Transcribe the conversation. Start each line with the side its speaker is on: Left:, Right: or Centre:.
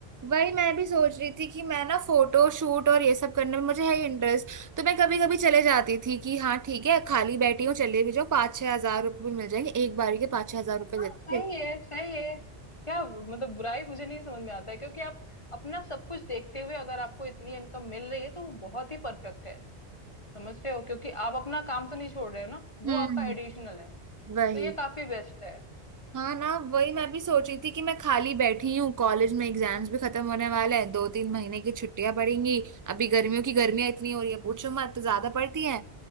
Right: वही मैं भी सोच रही थी कि मैं ना फोटो शूट और ये सब करने में मुझे है इंटरेस्ट तो मैं कभी कभी चले जाती थी कि हाँ ठीक है खाली बैठी हूँ चले भी जाओ पाँच छह हजार रुपये भी मिल जाएंगे एक बार के पाँच छह हजार रुपये देते
Left: सही
Right: थे
Left: है सही है क्या मतलब बुराई मुझे नहीं समझ में आता है क्योंकि आप अपना सब कुछ देखते हुए अगर आपको इतनी इनकम मिल रही है तो वो बहुत ही परफेक्ट है समझ रहे हो क्योंकि आप अपना काम तो नहीं छोड़ रहे हो ना वो
Right: हम्म
Left: आपका एडिशनल है
Right: वही
Left: तो ये काफी बेस्ट है
Right: हाँ ना वही मैं भी सोच रही थी कि मैं खाली बैठी हूँ कॉलेज में एग्जाम्स भी खत्म होने वाले हैं दो तीन महीने की छुट्टियां पड़ेंगी अभी गर्मियों की गर्मियां इतनी हो रही है पूछो मत तो ज्यादा पड़ती है